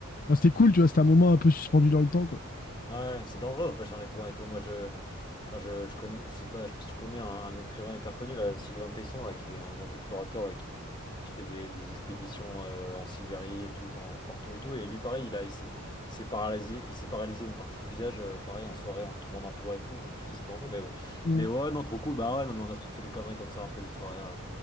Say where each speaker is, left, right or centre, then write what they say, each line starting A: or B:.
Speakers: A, on the left; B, on the left.
A: Enfin, c'était cool, tu vois. C'était un moment un peu suspendu dans le temps, quoi.
B: ouais, c'est dangereux d'empêcher un étoile et tout. Moi, je, enfin, je, je connais, c'est pas, je sais pas si tu connais un, un écrivain hyper connu là, Sylvain Tesson là, qui est un grand explorateur là, qui, qui fait des, des expéditions euh, en Sibérie et tout, enfin partout et tout. Et lui, pareil, il a, il s'est, il s'est paralysé, il s'est paralysé une partie du visage, euh, pareil en soirée en tombant d'un toit et tout. hein. Tu dis c'est dangereux, mais bon.
A: Mm.
B: Mais ouais, non, trop cool. Bah ouais, non, mais on a tous fait des conneries comme ça, un peu des soirées. à-